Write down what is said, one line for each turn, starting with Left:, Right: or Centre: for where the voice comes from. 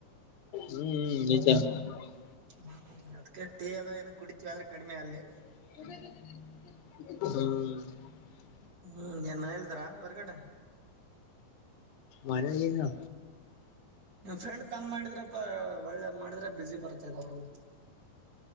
Left: ಹ್ಮ್ <inaudible>
Right: ಹ್ಮ ಅದ್ಕ ಟೀ ಅದ ಏನ ಕುಡಿತೀವಿ ಆದ್ರೆ ಕಡಿಮೆ ಅಲ್ಲಿ
Left: <unintelligible> <inaudible>
Right: ಹ್ಮ್ ಏನ್ರಾ ಹೇಳಿದ್ರ ಹೊರ್ಗಡೆ
Left: ಮನೆಗಿನ
Right: ನಿನ ಫ್ರೆಂಡ್ ಕಾಲ್ ಮಾಡಿದ್ರಪ್ಪ ಒಳ್ಳೆ ಮಾಡಿದ್ರೆ ಬಿಜಿ ಬರ್ತ್ತದ ಅವ್ರಗೆ